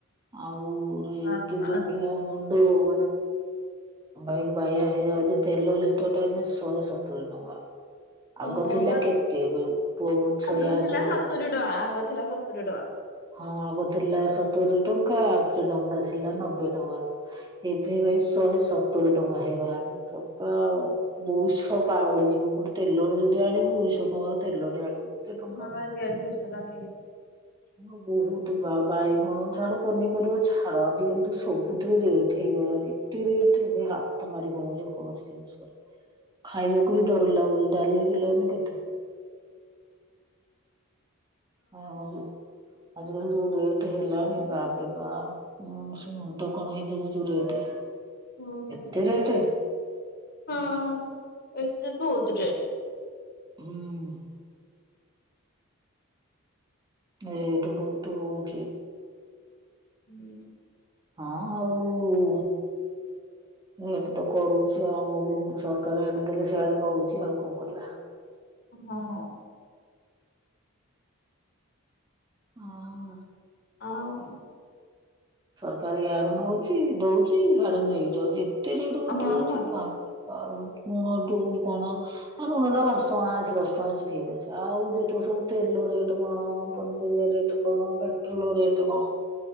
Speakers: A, on the right; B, on the left.
A: ଆଉ ରେଟେ
B: ହଁ
A: ଯୋଉ ଭଳିଆ ମୁଣ୍ଡ ମାନେ ବାଇକ୍ ବାୟା ହେ ହେଇଯାଉଚି, ତେଲ ଲିଟର୍ ଟା ଏନେ ଶହେ ସତୁୁରି ଟଙ୍କା। ଆଗ
B: ହଁ
A: ଥିଲା
B: ବା
A: କେତେ ପୋହୁ ଛୟାଅଶୀ
B: ଆଗ ଥିଲା
A: ଟଙ୍କା।
B: ସତୁରି ଆଗ ଥିଲା ସତୁରି ଟଙ୍କା
A: ହଁ ଆଗ ଥିଲା ସତୁରୀ ଟଙ୍କା ଆଉ ଫ୍ରିଡମ ଟା ଥିଲା ନବେ ଟଙ୍କା। ଏବେ ଭାଇ ଶହେ ସତୁରୀ ଟଙ୍କା ହେଇଗଲାଣି ଠକ। ଦୁଇ ଶହ ପାର ହେଇଯିବ ଗୋଟେ ତେଲ ଟେ ଯଦି ଆଣିବୁ ଦୁଇଶହ ଟଙ୍କାର ତେଲ ଟେ ଆଣିବୁ। ଏତେ ଟଙ୍କା।
B: ହଁ ଆଜି ଆଣିଲି ଦୁଇଶହ ଟଙ୍କା ହେଇଯାଇଛି।
A: ହଁ ବହୁତ ବା, ବାଇଗଣ ଛାଡ ପନିପରିବା ଛାଡ। ଆଜିକାଲି ତ ସବୁଥିରେ ରେଟ୍ ହେଇଗଲାଣି। ଏତେ ରେଟ୍ ବି ହାତ ତ ମାରିହଉନି ଯେ କୌଣସି ଜିନିଷର। ଖାଇବାକୁ ବି ଡର ଲାଗୁଛି ଡାଲିି କିଲୋ ଏଇନେ କେତେ? ହଁ ଯେ ଆଜିକାଲି ଯୋଉ ରେଟ୍ ହେଲାଣି ବାପ ରେ ବାପ। <unintelligible> ମୁଣ୍ଡ କଣ ହେଇଯାଉଚି ଯୋଉ ରେଟେ,
B: ହଁ।
A: ଏତେ ରେଟେ।
B: ହଁ ଏଇଟା ବହୁତ ରେଟେ।
A: ହୁଁ। ରେଟ ବହୁତ ହଉଛି।
B: ହୁଁ।
A: ହଁ ଆଉ। ରେଟ ତ କରୁଛି ଆଉ ଆମକୁ ସରକାର ଏଆଡ଼େ ଦେଲେ ସେଆଡ ନଉଛି ଆଉ କଣ କରିବା।
B: ହଁ।
A: ହଁ।
B: ଆଉ।
A: ସରକାର ୟାଡେ ନଉଛି ଦଉଛି ଆଡ ନେଇଯାଉଛି ଏତେ ରେଟ କୁ
B: ହଁ
A: ଦଉଛି ବାକୁ ଆଉ ମୁଁହ ଟୁ କଣ ଆଉ ଲୁଣ ଟା ଦସ ଟଙ୍କା ଅଛି ଦଶ ଟଙ୍କା ଅଛି ଠିକ ଅଛି ଆଉ ଯେତ ସବୁ ତେଲ ରେଟ କଣ ପନିପରିବା ରେଟ କଣ ପେଟ୍ରୋଲ ରେଟ କଣ